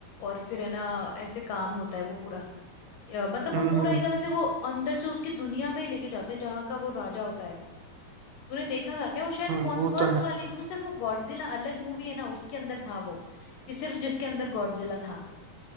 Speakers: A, on the left; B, on the right.
A: और फिर है ना ऐसे काम होता है वो पूरा अ, मतलब वो
B: हम्म
A: पूरा एकदम ऐसे वो अंदर से उसकी दुनिया में लेके जाते हैं जहाँ का वो राजा होता है तूने देखा था क्या वो शायद
B: हम्म,
A: कौन
B: वो
A: फर्स्ट
B: तो है
A: वाले वो सिर्फ वो गॉडजिला अलग मूवी है ना उसके अंदर था वो कि सिर्फ जिसके अंदर गॉडजिला था